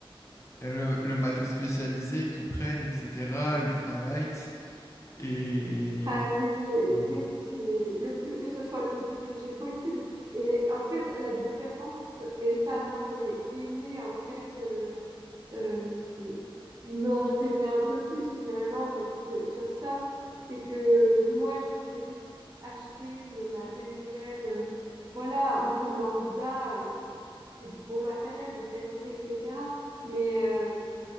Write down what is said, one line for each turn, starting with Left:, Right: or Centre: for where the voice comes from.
Left: euh, le, le matos spécialisé qu'ils prennent, etc., ultralight. Et
Right: Ah oui, et
Left: bon,
Right: oui, qu'il est le plus, que ce soit le plus léger possible. Et en fait, la différence, et ça, moi, j'aurais aimé, en fait, euh, euh, me renseigner un peu plus finalement parce que sur ça, c'est que moi j- j'ai juste acheté le matériel, euh, voilà, un peu lambda, euh, c'est du bon matériel de qualité, etc. Mais, euh,